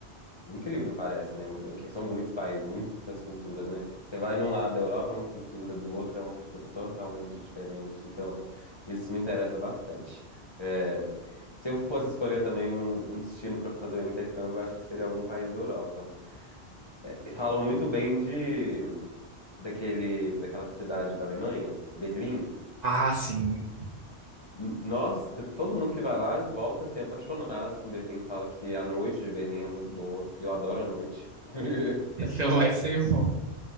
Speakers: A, on the left; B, on the right.
A: Incrível, parece, né? Porque são muitos países, muitas culturas, né? Você vai num lado da Europa é uma cultura, do outro é uma cultura totalmente diferente. Então, isso me interessa bastante. É, se eu fosse escolher também um, um destino para fazer um intercâmbio, eu acho que seria algum país da Europa. É, falam muito bem de daquele, daquela cidade da Alemanha, Berlim.
B: Ah, sim.
A: N- Nossa, todo mundo que vai lá volta a ser apaixonado com Berlim, fala que a noite de Berlim é muito boa. E eu adoro a noite. <laughs>
B: Então vai ser bom.